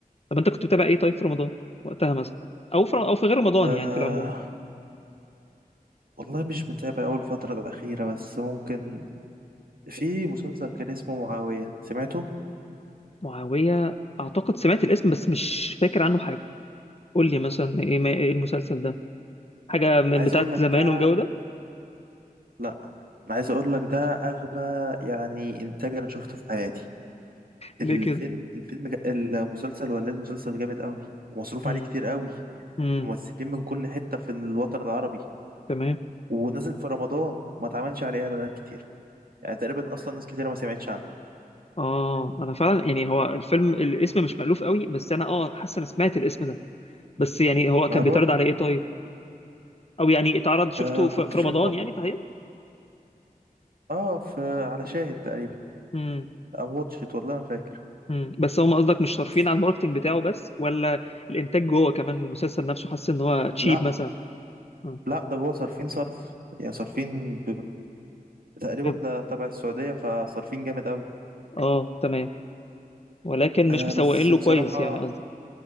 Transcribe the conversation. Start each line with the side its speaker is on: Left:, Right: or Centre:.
Left: طب انت كنت بتابع ايه طيب في رمضان وقتها مثلا او في او في غير رمضان
Right: آه
Left: يعني في العموم
Right: والله مش متابع أول الفترة الأخيرة بس ممكن في مسلسل كان اسمه معاوية سمعته
Left: معاوية اعتقد سمعت الاسم بس مش فاكر عنه حاجة قول لي مثلا ايه ما- إيه المسلسل ده حاجة من
Right: عايز
Left: بتاعت
Right: اقول لك
Left: زمان
Right: ده
Left: والجو ده
Right: لا انا عايز اقول لك ده اغبى يعني انتاج انا شفته في حياتي الفيلم
Left: ليه كده
Right: الفيلم جا- المسلسل ولا إيه المسلسل جامد قوي ومصروف
Left: امم
Right: عليه كتير قوي
Left: امم
Right: ممثلين من كل حتة في الوطن العربي
Left: تمام
Right: ونزل في رمضان وما اتعملش عليه اعلانات كتير يعني تقريبا اصلا ناس كتير ما سمعتش عنه
Left: اه انا فعلا يعني هو الفيلم الاسم مش مألوف قوي بس انا اه حاسس انا سمعت الاسم ده بس يعني هو
Right: ما
Left: كان
Right: بقول
Left: بيتعرض على ايه طيب او يعني اتعرض شفته
Right: آه
Left: في
Right: كنت
Left: في
Right: شايفه
Left: رمضان يعني تحديدا
Right: اه في على شاهد تقريبا
Left: امم
Right: او واتشت والله ما فاكر
Left: امم بس هم قصدك مش صارفين
Right: بس
Left: على الماركتنج بتاعه بس ولا الانتاج جوه كمان المسلسل نفسه حاسس ان هو تشيب
Right: لا
Left: مثلا اه
Right: لا ده جوه صارفين صرف يعني صارفين تقريبا
Left: طب-
Right: ده تبع السعودية فصارفين جامد قوي
Left: اه تمام ولكن
Right: آه
Left: مش مسوقين
Right: بس
Left: له
Right: بصراحة
Left: كويس يعني قصدك